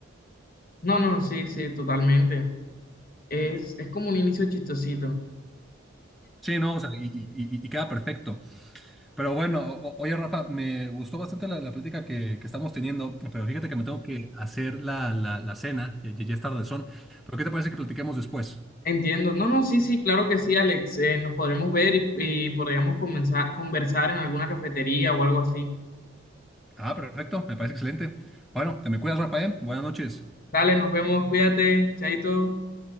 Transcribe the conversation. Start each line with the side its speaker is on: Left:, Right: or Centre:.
Left: No, no, sí, sí, totalmente. Es, es como un inicio chistosito.
Centre: Sí, no, o sea, y, y- y- y queda perfecto. Pero bueno, o- o- oye Rafa, me gustó bastante la, la plática que, que estamos teniendo, pero fíjate que me tengo que hacer la, la, la cena, ya, ya ya es tardezón. Pero ¿qué te parece que platiquemos después?
Left: Entiendo. No, no, sí, sí, claro que sí, Alex. Eh, nos podremos ver y, y podríamos comenzar, conversar en alguna cafetería o algo así.
Centre: Ah, perfecto, me parece excelente. Bueno, te me cuidas, Rafael. Buenas noches.
Left: Dale, nos vemos, cuídate, chaito.